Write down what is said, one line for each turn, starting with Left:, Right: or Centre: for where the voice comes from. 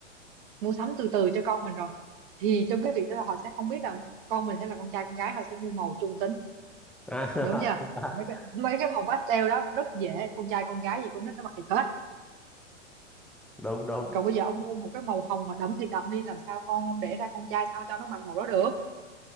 Right: mua sắm từ từ cho con mình rồi thì trong cái việc đó là họ sẽ không biết là con mình sẽ là con trai con gái họ sẽ mua màu trung tính
Centre: à,
Right: đúng chưa
Centre: <laughs>
Right: mấy cái, mấy cái màu pastel đó rất dễ con trai con gái gì cũng rất nó mặc được hết
Centre: đúng đúng
Right: còn bây giờ ông mua một cái màu hồng mà đậm thì đậm đi làm sao con ông đẻ ra con trai sao cho nó mặc màu đó được